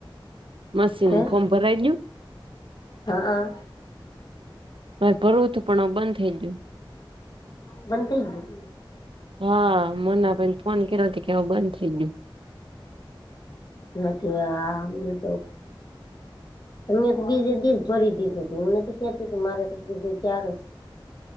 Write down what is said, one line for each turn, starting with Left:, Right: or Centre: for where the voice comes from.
Right: મશીન
Left: હે
Right: ફોમ ભરાઈ ગયુ?
Left: હા આ.
Right: માર ભરવું તુ પણ બંધ થઈ ગયું.
Left: બંધ થેય ગિયુ.
Right: હા, <unintelligible> ફોન કર્યો કે આવું બંધ થઈ ગયું.
Left: નથી આ અમને તો. <unintelligible> બીજે દીજ ભરી દીધું તું હું નથી કેતી કે મારે તો બધ ક્યારે.